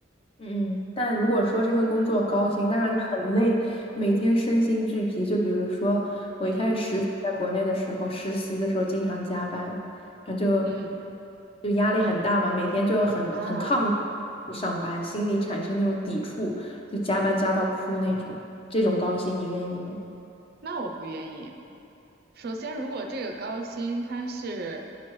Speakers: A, on the left; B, on the right.
A: 嗯，但如果说这份工作高薪，
B: 嗯
A: 但让你很累，每天身心俱疲，就比如说我一开始实习在国内的时候，
B: 嗯
A: 实习的时候经常加班，然后就
B: 嗯
A: 就压力很大嘛，每天就很很抗
B: 啊，
A: 拒上班，心里产生那种抵触，就加班加到哭那种。这种高薪你愿意吗？
B: 那我不愿意。首先，如果这个高薪它是，